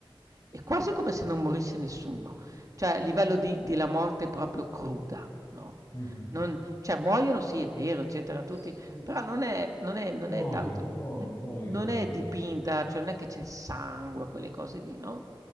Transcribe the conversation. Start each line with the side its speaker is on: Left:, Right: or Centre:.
Right: è quasi come se non morisse nessuno, cioè a livello di di la morte proprio cruda, no,
Left: Mhm.
Right: non cioè muoiono sì è vero eccetera tutti,
Left: Sì,
Right: però
Left: sì,
Right: non è non è non
Left: Pochi,
Right: è tanto
Left: pochi,
Right: n
Left: pochi
Right: non
Left: muoiono.
Right: è dipinta, cioè non è che c'è il sangue, quelle cose lì, no,